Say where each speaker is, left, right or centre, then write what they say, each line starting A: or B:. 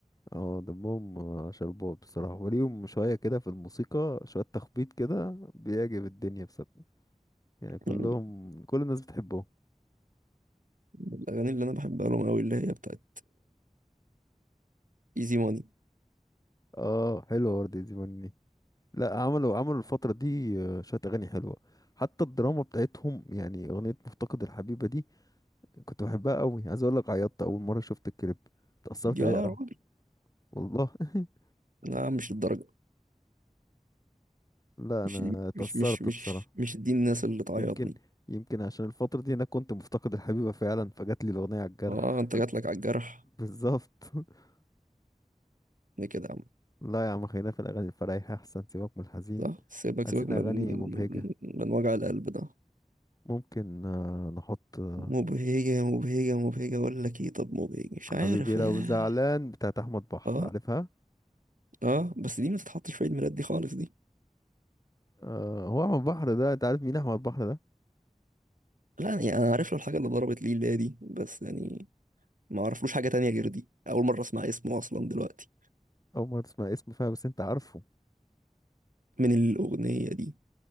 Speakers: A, on the left; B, on the right.
A: اه دمهم آه، شربات بصراحة وليهم شوية كده في الموسيقى شوية تخبيط كده بيعجب الدنيا بصراحة يعني كلهم
B: يعني
A: كل الناس بتحبهم
B: من الأغاني اللي أنا بحبها لهم أوي اللي هي بتاعت إيزي ماني
A: اه حلوة وردة زماني لا عملوا عملوا الفترة دي آه، شوية أغاني حلوة حتى الدراما بتاعتهم يعني أغنية مفتقد الحبيبة دي كنت بحبها قوي عايز أقول لك عيطت أول مرة شفت الكليب اتأثرت
B: يا
A: بيها قوي
B: راجل
A: والله <laughs>
B: لا مش الدرجة
A: لا
B: مش
A: أنا اتأثرت
B: مش مش مش
A: بصراحة
B: مش دي الناس اللي تعيطني
A: يمكن يمكن عشان الفترة دي أنا كنت مفتقد الحبيبة فعلا فجات لي الأغنية على الجرح
B: اه انت جاتلك على الجرح
A: بالظبط <laughs>
B: ليه كده يا عم
A: لا يا عم خلينا في الأغاني الفرايحة أحسن سيبك من الحزين
B: صح سيبك
A: عايزين
B: سيبك من
A: أغاني
B: من,
A: مبهجة
B: من من وجع القلب ده
A: ممكن آه، نحط آه،
B: مبهجة مبهجة مبهجة اقول لك ايه طب مبهجة مش
A: حبيبي
B: عارف
A: لو
B: اه
A: زعلان بتاعت احمد بحر
B: اه
A: عارفها
B: اه بس دي ما تتحطش في عيد ميلاد دي خالص دي
A: آه هو احمد بحر ده انت عارف مين احمد بحر ده
B: لا يعني انا عارف له الحاجة اللي ضربت لي اللي هي دي بس يعني ما اعرفلوش حاجة تانية غير دي اول مرة اسمع اسمه اصلا دلوقتي
A: اول ما تسمع اسمه فيها بس انت عارفه
B: من الاغنية دي